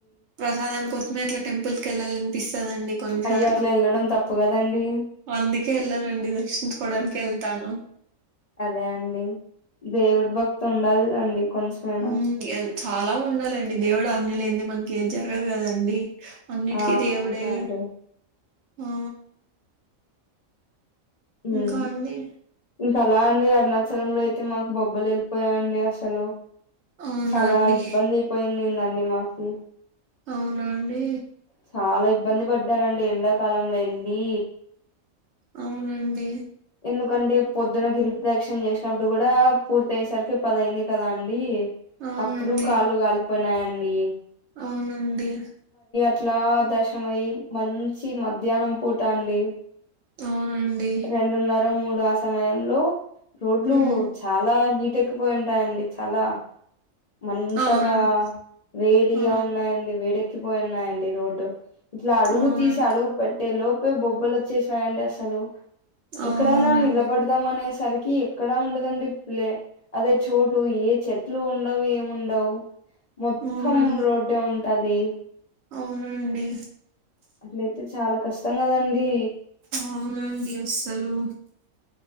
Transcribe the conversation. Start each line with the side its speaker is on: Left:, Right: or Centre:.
Right: ప్రసాదం కోసమే అట్ల టె టెంపుల్ కెళ్ళాలన్పిస్తదండి కొన్నిసార్లు
Left: అయ్యో అట్లా వెళ్ళడం తప్పు కదండి
Right: అందుకే ఎళ్ళనండి దర్శించుకోడానికే ఎళ్తాను.
Left: అదే అండి దేవుడ్ భక్తి ఉండాలండి. కొంచెమైనా
Right: మ్ చాలా ఉండాలండి దేవుడు ఆజ్ఞ లేనిదే మనకి ఏది జరగదు కదండి. అన్నిటికి
Left: ఆ
Right: దేవుడే
Left: అవునండి
Right: ఆ
Left: ఉమ్
Right: ఇంకా అండి
Left: ఇంకా అలా అండి అరుణాచలంలో అయితే మాకు బొబ్బలేళ్ళిపోయాయండి అసలు
Right: అవునా
Left: చాలా
Right: అండి
Left: ఇబ్బందైపోయిందందండి మాకు
Right: అవునా అండి
Left: చాలా ఇబ్బంది పడ్డానండి ఎండాకాలంలో వెళ్ళి
Right: అవునండి
Left: ఎందుకంటే పొద్దున గిరిప్రదక్షిణ చేసినప్పుడు కూడా పూర్తి అయ్యేసరికి పదయింది కదా అండి
Right: అవునండి
Left: అప్పుడు కాళ్ళు కాలిపోయినాయండి
Right: అవునండి
Left: ఇట్లా దర్శనం అయి మంచి మధ్యాహ్నం పూట అండి
Right: అవునండి
Left: రెండున్నర మూడు ఆ సమయంలో రోడ్లు
Right: ఉమ్
Left: చాలా హీట్ డేక్కిపోయింటాయండి చాలా మంటగా
Right: అవునండి
Left: వేడిగా
Right: ఆ
Left: ఉన్నాయండి వేడెక్కిపోయున్నాయండి రోడ్డు ఇట్లా అడుగు
Right: అవునండి
Left: తీసి అడుగు పెట్టే లోపే బొబ్బలు వచ్చేసాయండి అసలు
Right: అవునండి
Left: ఎక్కడైనా నిలబడుదాం అనేసి సరికి ఎక్కడా ఉండదండి ప్లే అదే చోటు ఏ చెట్లు ఉండవు ఏముండవు మొత్తం
Right: అవునండి
Left: రోడ్డే ఉంటది
Right: అవునండి
Left: అట్లయితే చాలా కష్టం కదండి
Right: అవునండి అస్సలు